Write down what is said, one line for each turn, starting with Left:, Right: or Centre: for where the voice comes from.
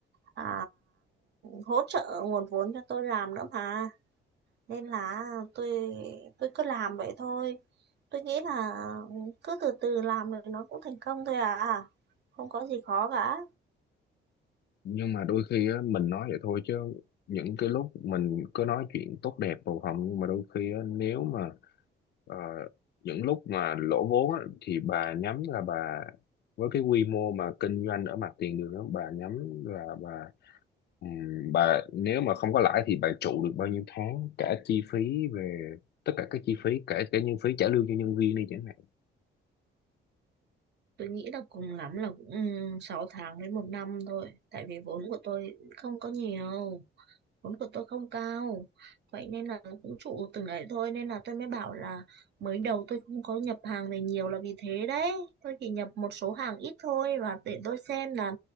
Right: à, hỗ trợ nguồn vốn cho tôi làm nữa mà nên là tôi tôi cứ làm vậy thôi tôi nghĩ là cứ từ từ làm rồi nó cũng thành công thôi à không có gì khó cả
Left: nhưng mà đôi khi á, mình nói vậy thôi chứ những cái lúc mình cứ nói chuyện tốt đẹp bầu hồng nhưng mà đôi khi á, nếu mà ờ, những lúc mà lỗ vốn á, thì bà nhắm là bà với cái quy mô mà kinh doanh ở mặt tiền đường á, bà nhắm là bà ừm, bà nếu mà không có lãi thì bà trụ được bao nhiêu tháng cả chi phí về tất cả các chi phí cả cả nhân phí trả lương cho nhân viên đi chẳng hạn
Right: Tôi nghĩ là cùng lắm là cũng 6 tháng đến một năm thôi, tại vì vốn của tôi không có nhiều. vốn của tôi không cao vậy nên là cũng trụ từng ấy thôi nên là tôi mới bảo là mới đầu tôi không có nhập hàng về nhiều là vì thế đấy tôi chỉ nhập một số hàng ít thôi và để tôi xem là